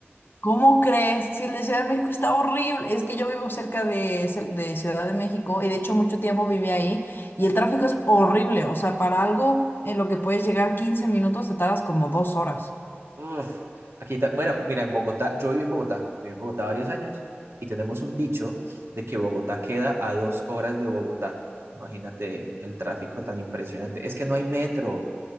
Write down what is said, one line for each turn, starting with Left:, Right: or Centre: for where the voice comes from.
Left: ¿Cómo crees? Si la Ciudad de México está horrible. Es que yo vivo cerca de, ce- de Ciudad de México y de hecho mucho tiempo viví ahí y el tráfico es horrible. O sea, para algo en lo que puedes llegar 15 minutos te tardas como dos horas.
Right: Uf, aquí ta- bueno, mira, en Bogotá, yo viví en Bogotá, viví en Bogotá varios años y tenemos un dicho de que Bogotá queda a dos horas de Bogotá. Imagínate el tráfico tan impresionante. Es que no hay metro.